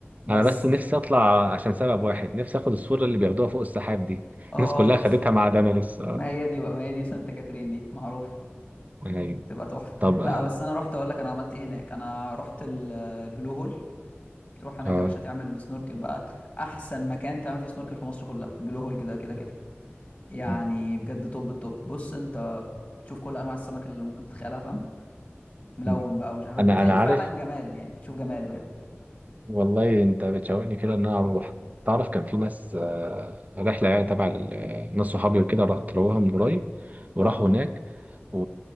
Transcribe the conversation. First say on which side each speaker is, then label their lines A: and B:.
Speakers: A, on the left (about 30°); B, on the right (about 35°).
A: بس
B: أنا بس نفسي أطلع عشان سبب واحد نفسي آخد الصورة اللي بياخدوها فوق السحاب دي
A: اه
B: الناس كلها
A: تحفه
B: خدتها ما عدا أنا لسه
A: ما هي دي بقى ما هي دي سانت كاترين دي معروفه
B: يعني
A: تبقى تحفه
B: طب
A: لا
B: آه
A: بس انا رحت اقول لك انا عملت ايه هناك انا رحت البلو هول تروح هناك
B: آه.
A: يا باشا تعمل سنوركل بقى احسن مكان تعمل فيه سنوركل في مصر كلها البلو هول كده كده كده يعني
B: مم.
A: بجد توب التوب بص انت تشوف كل انواع السمك اللي ممكن تتخيلها فاهم ملون
B: مم.
A: بقى ومش عارف إيه.
B: أنا
A: بتكتشف
B: أنا عارف
A: فعلا جمال يعني بتشوف جمال بجد
B: والله أنت بتشوقني كده إن أنا أروح تعرف كان في ناس آه، رحلة يعني تبع ال- آه، ناس صحابي وكده را- طلعوها من قريب وراحوا
A: اه
B: هناك و...